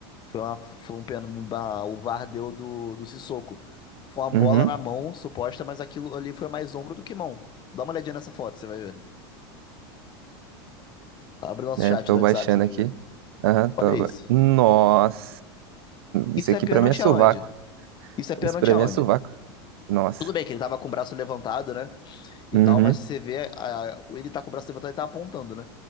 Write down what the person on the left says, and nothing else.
Foi, uma, foi um pênalti, o VAR deu do, do Sissoko. Foi uma bola
na mão, suposta, mas aquilo ali foi mais ombro do que mão. Dá uma olhadinha nessa foto, você vai ver. Abre o nosso
chat
do WhatsApp,
você vai
ver.
Olha isso.
Isso
é pênalti
aonde? Isso é pênalti
aonde?
Tudo bem que ele tava com o braço levantado, né? E
tal, mas você vê, a- ele tá com o braço levantado e tá apontando, né?